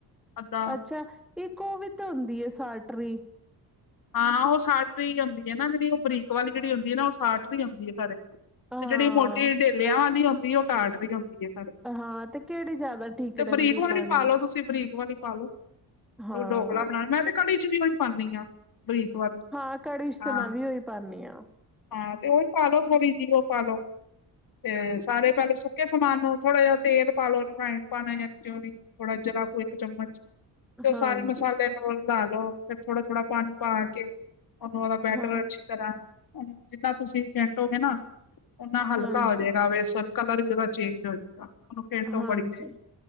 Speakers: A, on the left (about 60°); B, in the centre.
A: ਅੱਧਾ
B: ਅੱਛਾ ਇੱਕ ਉਹ ਵੀ ਤਾਂ ਹੁੰਦੀ ਟਾਟਰੀ
A: ਹਾਂ ਉਹ ਸਾਟਰੀ ਹੁੰਦੀ ਹੈ ਨਾ ਜਿਹੜੀ ਉਹ ਬਰੀਕ ਵਾਲੀ ਜਿਹੜੀ ਹੁੰਦੀ ਹੈ ਨਾ ਉਹ ਸਾਟਰੀ ਆਉਂਦੀ ਹੈ ਘਰ ਤੇ
B: ਹਾਂ,
A: ਜਿਹੜੀ ਮੋਟੀ ਡੇਲਿਆਂ ਵਾਲੀ ਹੁੰਦੀ ਉਹ ਟਾਟਰੀ ਰਹੀ ਹੁੰਦੀ ਹੈ
B: ਹਾਂ ਤੇ ਕਿਹੜੀ ਜ਼ਿਆਦਾ ਠੀਕ
A: ਤੇ
B: ਰਹਿੰਦੀ
A: ਬਰੀਕ
B: ਹੈ
A: ਵਾਲੀ
B: ਪਾਣੀ
A: ਪਾਲੋ ਤੁਸੀਂ ਬਰੀਕ ਵਾਲੀ ਪਾਾਲੋ
B: ਹਾਂ
A: ਉਹ ਡੋਕਲਾ ਬਣਾਉਣਾ ਮੈਂ ਤੇ ਘੜੀ ਚ ਵੀ ਹੁਣ ਪਾਉਂਦੀ ਹਾਂ ਬਰੀਕ ਵਾਲੀ
B: ਹਾਂ ਕੜੀ ਚ
A: ਹਾਂ
B: ਤੇ ਮੈਂ ਵੀ ਉਹੀ ਪਾਨੀ ਆ
A: ਹਾਂ ਤੇ ਉਹੀ ਪਾਲੋ ਥੋੜੀ ਜਿਹੀ ਉਹ ਪਾ ਲੋ ਤੇ ਸਾਰੇ ਪਹਿਲੇ ਸੁੱਕੇ ਸਮਾਨ ਨੂੰ ਥੋੜਾ ਜਿਹਾ ਤੇਲ ਪਾਾਲੋ ਰਿਫਾਈੰਡ ਪਾਣਾ ਕਿਂ ਵੀ ਥੋੜਾ ਜਿਰਾ ਇੱਕ ਚਮਚ ਤੇ ਉਹ
B: ਹਾਂਜੀ
A: ਸਾਰੇ ਮਸਾਲੇ ਨੂੰ ਲਾ ਲੋ ਫਿਰ ਥੋੜਾ ਥੋੜ੍ਹਾ ਪਾਣੀ ਪਾ ਕੇ ਨੂੰ ਉਹਦਾ ਬੈਟਰ
B: ਹਾਂਜੀ
A: ਅੱਛੀ ਤਰ੍ਹਾਂ ਜਿੰਨਾ ਤੁਸੀਂ ਫੈਂਟੋਗੇ ਨਾ ਓਨਾ ਹਲਕਾ
B: ਹਾਂਜੀ
A: ਹੋ ਜਾਏਗਾ ਬੇਸਨ ਕਲਰ ਵੀ ਉਹਦਾ ਚੇਂਜ ਹੋ ਜਾਏਗਾ ਉਹਨੂੰ ਫੇਰ ਤੋਂ
B: ਹਾਂਜੀ
A: ਬੜੀ ਦੇ